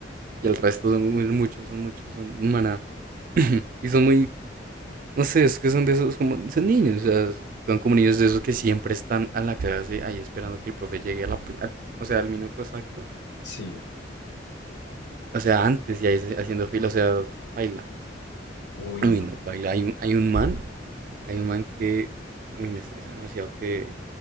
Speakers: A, on the right (about 50°); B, on the left (about 65°).
A: Y el resto son muchos, son muchos, son manadas. <clears throat> Y son muy, no sé, es que son de esos como, son niños, o sea, son como niños de esos que siempre están a la clase ahí esperando que el profe llegue a la, pri- al- o sea, al minuto exacto,
B: sí.
A: o sea, antes y ahí se- haciendo fila, o sea, baila.
B: Uy,
A: Uy,
B: no.
A: no, baila. Hay un, hay un man, hay un man que, uy, me estresa demasiado, que